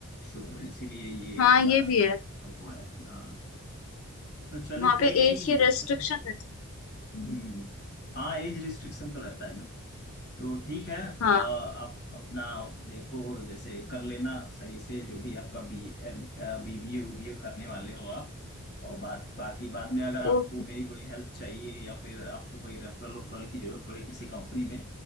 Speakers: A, on the left; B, on the left.
A: तो इसीलिए ये
B: हाँ
A: हमारा
B: ये भी है
A: अब वो है हाँ तो चलो
B: वहाँ
A: कोई
B: पे
A: नहीं
B: एज की
A: जैसे
B: रेस्ट्रिक्शन
A: भी
B: रहती है
A: हम्म हाँ एज रिस्ट्रिक्शन तो रहता है ना तो ठीक है
B: हाँ
A: अ, आप अपना देखो जैसे कर लेना सही से जो भी आपका बी बीबीए उबीए करने वाले हो आप और बात बाकी बाद में अगर आपको
B: ओके
A: मेरी कोई हेल्प चाहिए या फिर आपको कोई रेफरल उफरल की जरूरत पड़े किसी कंपनी में